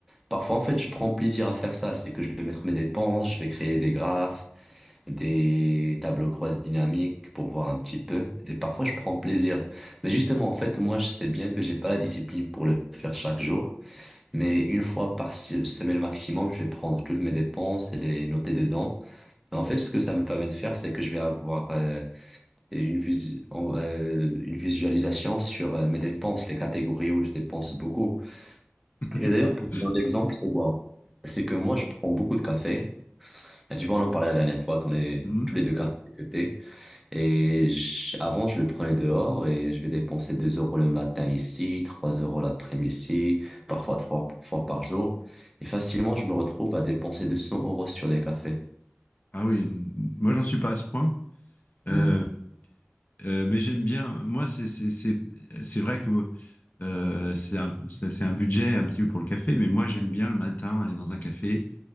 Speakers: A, in the centre; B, on the left.
A: Parfois, en fait, je prends plaisir à faire ça. C'est que je vais mettre mes dépenses, je vais créer des graphes, des tableaux croisés dynamiques pour voir un petit peu. Et parfois, je prends plaisir. Mais justement, en fait, moi, je sais bien que j'ai pas la discipline pour le faire chaque jour. Mais une fois par se- semaine maximum, je vais prendre toutes mes dépenses et les noter dedans. Et En fait, ce que ça me permet de faire, c'est que je vais avoir euh, une visu- en- euh, une visualisation sur euh, mes dépenses, les catégories où je dépense beaucoup.
B: <laughs>
A: Et d'ailleurs, pour te donner l'exemple, c'est quoi? C'est que moi, je prends beaucoup de café. Et tu vois, on en parlait la dernière fois qu'on est
B: Mhm.
A: tous les deux cafés que thé. Et je- avant, je le prenais dehors et je vais dépenser 2 euros le matin ici, 3 euros l'après-midi, parfois trois fois par jour. Et facilement, je me retrouve à dépenser 200 euros sur les cafés.
B: Ah oui, moi, j'en suis pas à ce point.
A: Hmm.
B: Euh, euh, mais j'aime bien. Moi, c'est c'est- c'est- c'est vrai que euh, c'est un, c'est c'est un budget un petit peu pour le café, mais moi, j'aime bien le matin aller dans un café